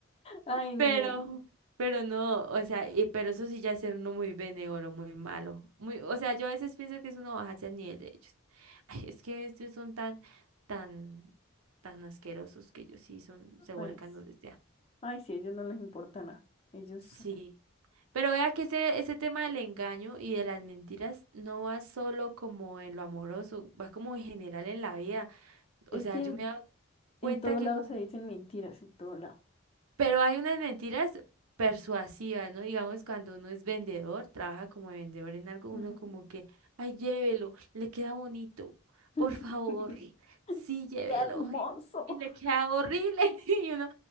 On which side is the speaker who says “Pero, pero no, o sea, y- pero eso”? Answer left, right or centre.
Right